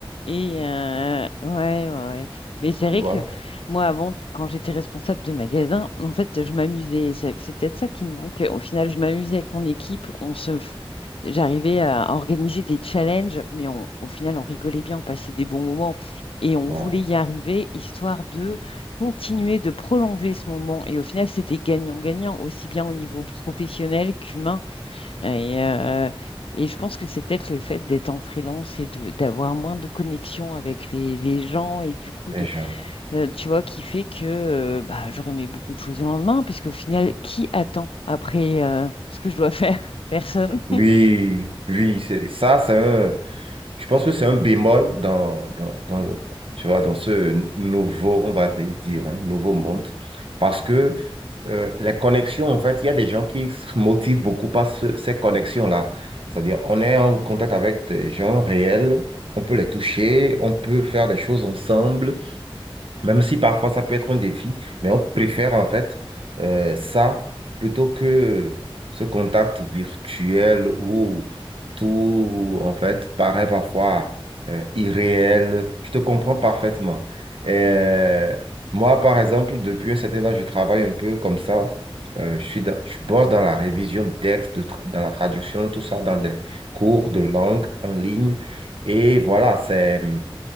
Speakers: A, on the left; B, on the right.
A: Et euh, ouais, ouais, ouais. Mais c'est vrai
B: tu vois.
A: que moi, avant, quand j'étais responsable de magasin, en fait, je m'amusais. C'est c'est peut-être ça qui me manque. Au final, je m'amusais avec mon équipe. On se, f- j'arrivais à organiser des challenges, mais on- au final, on rigolait bien, on passait des bons moments et on
B: Voilà,
A: voulait y arriver, histoire de continuer de prolonger ce moment. Et au final, c'était gagnant-gagnant, aussi bien au niveau professionnel qu'humain. Et, euh, et je pense que c'est peut-être le fait d'être en freelance et de d'avoir moins de connexion avec les, les gens et du coup
B: les
A: de
B: gens.
A: euh, tu vois qui fait que euh, bah, je remets beaucoup de choses au lendemain parce qu'au final qui attend après euh, ce que je dois <laughs> faire? Personne.
B: Oui, oui, c'est ça, c'est un, je pense que c'est un bémol dans, dans, dans, tu vois, dans ce nouveau, on va dire, hein, nouveau monde, parce que euh, les connexions, en fait, il y a des gens qui se motivent beaucoup par ce- ces connexions-là. C'est-à-dire, on est en contact avec des gens réels, on peut les toucher, on peut faire des choses ensemble. Même si parfois ça peut être un défi, mais on préfère en fait euh, ça plutôt que ce contact virtuel où tout en fait paraît parfois euh, irréel. Je te comprends parfaitement. Euh, moi, par exemple, depuis un certain temps, je travaille un peu comme ça. Euh, je suis dans- je bosse dans la révision de textes, de tra- dans la traduction, tout ça, dans des cours de langue en ligne. Et voilà, c'est...